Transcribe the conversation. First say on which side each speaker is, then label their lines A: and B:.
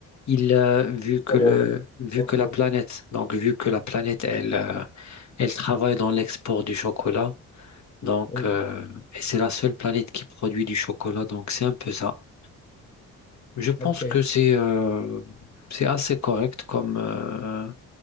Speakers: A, on the left; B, on the left.
A: il a vu que
B: Oh,
A: le, vu
B: oh,
A: que
B: cool.
A: la planète, donc vu que la planète, elle, euh, elle travaille dans l'export du chocolat. Donc,
B: Oui,
A: euh, et c'est la seule planète qui produit du chocolat. Donc, c'est un peu ça. Je pense
B: ok.
A: que c'est euh, c'est assez correct comme euh,